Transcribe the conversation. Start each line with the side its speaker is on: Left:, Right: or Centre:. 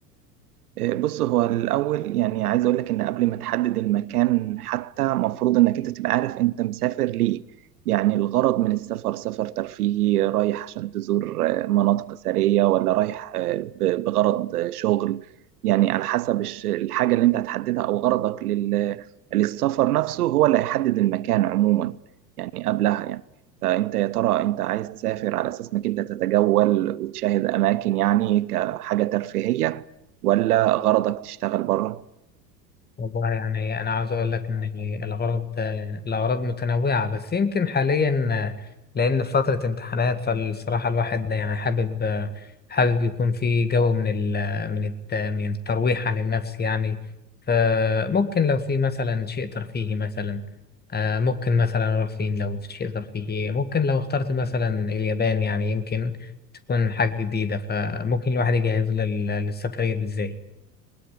Right: بص هو الأول يعني عايز أقول لك إن قبل ما تحدد المكان حتى مفروض إنك أنت تبقى عارف أنت مسافر ليه يعني الغرض من السفر سفر ترفيهي رايح عشان تزور آه، مناطق أثرية ولا رايح آه، ب- بغرض آه، شغل يعني على حسب الش- الحاجة اللي أنت هتحددها أو غرضك لل- للسفر نفسه هو اللي هيحدد المكان عموما يعني قبلها يعني فأنت يا ترى أنت عايز تسافر على أساس إنك أنت تتجول وتشاهد أماكن يعني كحاجة ترفيهية ولا غرضك تشتغل بره
Left: والله يعني أنا عاوز أقول لك إن الغرض الأغراض متنوعة بس يمكن حاليا آه، لأن فترة امتحانات فالصراحة الواحد يعني حابب آه، حابب يكون في جو من ال من الت من الترويح عن النفس يعني فممكن لو في مثلا شيء ترفيهي مثلا آه، ممكن مثلا رفين لو في شيء ترفيهي ممكن لو اخترت مثلا اليابان يعني يمكن تكون حاجة جديدة فممكن الواحد يجهز لل- للسفرية دي إزاي